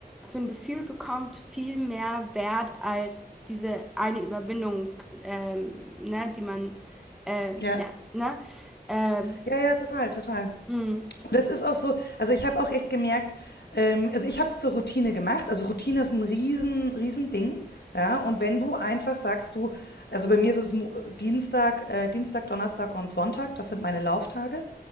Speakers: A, in the centre; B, on the left (about 85°).
A: für ein Gefühl bekommt, viel mehr wert als diese eine Überwindung, ähm, ne, die man, äh,
B: Ja.
A: ja, ne, ähm,
B: Ja, ja, total, total.
A: mm,
B: Und das ist auch so also, ich habe auch echt gemerkt, ähm also, ich habe es zur Routine gemacht. Also, Routine ist ein riesen riesen Ding. ja? Und wenn du einfach sagst, du also, bei mir ist es Mo Dienstag äh, Dienstag, Donnerstag und Sonntag, das sind meine Lauftage.